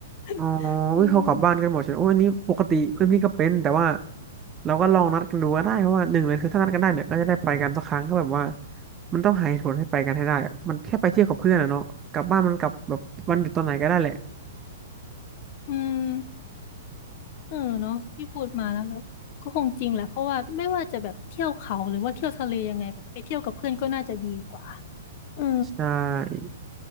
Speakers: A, on the left; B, on the right.
A: <laughs>
B: อ๋อ
A: อืม
B: อุ้ยเขากลับบ้านกันหมดใช่ไหมโอ้ยอันนี้ปกติเพื่อนพี่ก็เป็นแต่ว่าเราก็ลองนัดกันดูก็ได้เพราะว่าหนึ่งเลยคือถ้านัดกันได้เนี่ยก็จะได้ไปกันสักครั้งก็แบบว่ามันต้องหาเหตุผลให้ไปกันให้ได้อะมันแค่ไปเที่ยวกับเพื่อนอะเนาะกลับบ้านมันกลับแบบวันหยุดตอนไหนก็ได้แหละ
A: อืมเออเนาะที่พูดมาแล้วแบบก็คงจริงแหละเพราะว่าไม่ว่าจะแบบเที่ยวเขาหรือว่าเที่ยวทะเลยังไงแบบไปเที่ยวกับเพื่อนก็น่าจะดีกว่าเออ
B: ใช่